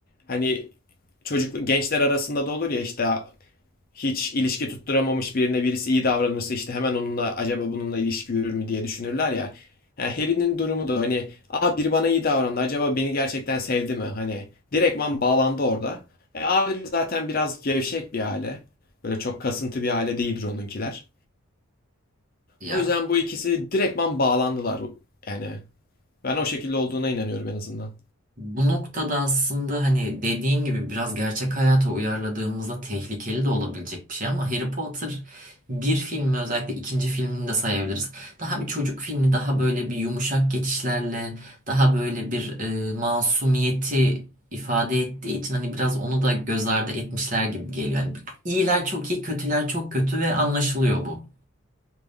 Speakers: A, on the left (about 40°); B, on the right (about 35°).
A: Hani çocuk gençler arasında da olur ya işte hiç ilişki tutturamamış birine birisi iyi davranırsa işte hemen onunla acaba bununla ilişki yürür mü diye düşünürler ya. Yani Harry'nin durumu da hani aa biri bana iyi davrandı acaba beni gerçekten sevdi mi? Hani direktman bağlandı orada. E, aile zaten biraz gevşek bir aile. Böyle çok kasıntı bir aile değildir onunkiler.
B: Ya
A: O yüzden bu ikisi direktman bağlandılar yani. Ben o şekilde olduğuna inanıyorum en azından.
B: Bu noktada aslında hani dediğin gibi biraz gerçek hayata uyarladığımızda tehlikeli de olabilecek bir şey ama Harry Potter bir filmi özellikle ikinci filmini de sayabiliriz. Daha bir çocuk filmi daha böyle bir yumuşak geçişlerle daha böyle bir e, masumiyeti ifade ettiği için hani biraz onu da göz ardı etmişler gibi geliyor. Yani iyiler çok iyi, kötüler çok kötü ve anlaşılıyor bu.